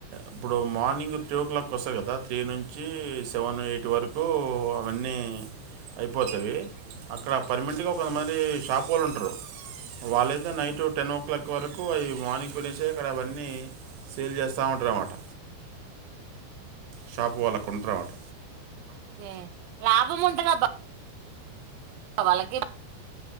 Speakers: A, on the right; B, on the right.
A: ఇప్పుడు మార్నింగ్ త్రీ ఓ క్లాక్ వస్తా కదా త్రీ నుంచి సెవెన్ ను యైట్ వరకు అవన్నీ అయిపోతుాయి అక్కడ పర్మినెంట్గా కొంతమంది షాప్ వాళ్ళు ఉంటారు వాళ్ళైతే నైట్ టెన్ ఓ క్లాక్ వరకు అవి మార్నింగ్ గురి అక్కడ అవన్నీ సేల్ చేస్త వస్తా ఉంటారన్నమాట షాపు వాళ్ళకు ఉంటారమాట
B: ఓకే లాభం ఉంటది అబ్బ వాళ్ళకి